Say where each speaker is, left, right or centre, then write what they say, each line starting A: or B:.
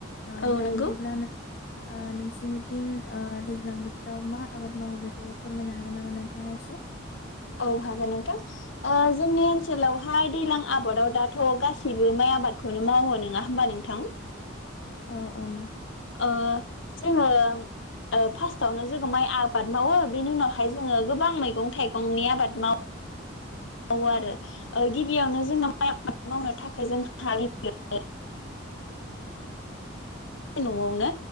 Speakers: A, on the left; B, on the left.
A: ओ
B: औ
A: दा
B: नंगौ
A: बिदिब्ला नों ओ नोंसिनिथिं ओ दैज्लां बोथोराव मा आबाद मावो बेखौ फोरमायनो हागोन नामा नोंथाङा एसे
B: औ हागोन नोंथां ओ जोंनि ओनसोलावहाय दैज्लां आबादाव दाथ' गासैबो माइ आबादखौनो मावो नङा होमबा नोंथां
A: औ औ नोंथां
B: ओ जोङो ओ फार्स्टआवनो जोङो माइ आबाद मावो बेनि उनावहाय जोङो गोबां मैगं थाइगंनि आबाद मावो मावो आरो गिबियावनो जोंना माइ आबाद
A: औ
B: मावनो थाखाय जोंहा गिबि <unintelligible> न'आवनो